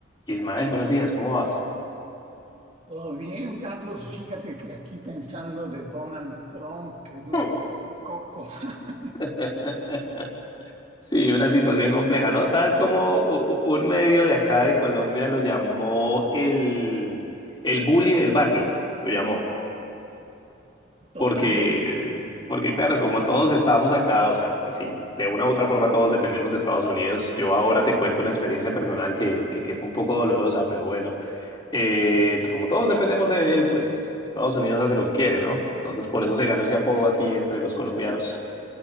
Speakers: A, on the left; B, on the right.
A: Ismael, buenos días, ¿cómo vas?
B: Todo bien, Carlos. Fíjate que aquí pensando de Donald Trump, que es nuestro
A: Mm.
B: coco, <laughs>
A: <laughs> Sí, una situación compleja, ¿no? ¿Sabes cómo u- u- un medio de acá de Colombia lo llamó el, el bully del barrio? Lo llamó.
B: totalmente.
A: Porque, porque claro, como todos estábamos acá, o sea, pues sí, de una u otra forma todos dependemos de Estados Unidos. Yo ahora te cuento una experiencia personal que, que, que fue un poco dolorosa, pero bueno, eh, como todos dependemos de él, pues Estados Unidos hace lo que quiere, ¿no? Entonces por eso se ganó ese apodo aquí entre los colombianos.